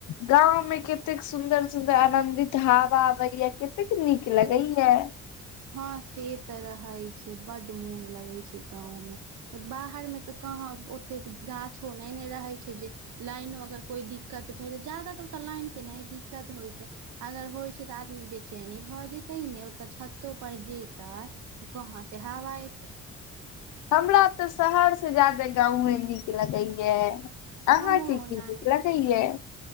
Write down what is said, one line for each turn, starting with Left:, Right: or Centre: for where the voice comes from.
Left: गाँव में कतेक सुदर -सुदर आनदित हवा अबैया कतेक नीक लगैया।
Right: हँ से तऽ रहेै छै बड मोन लगेै छै गाँंव मे बाहरमे तऽ कहाँ ओतेक गाछो नै ने रहै छै जे लाइनो अगर कोइ दिक्कत भेल जादा तऽ ओतऽ लाइन के नै दिक्कत होय छै। अगर होइ छै तऽ आदमी बेचैनी भऽ जेतै ने ओतऽ छत तो पर जेतै तऽ कहाँ से हवा एतै।
Left: हमरा तऽ शहरसँ ज्यादे गाँवे नीक लगैया। आहाँ
Right: हमरो
Left: के की
Right: ओनाहि
Left: निक लगैया।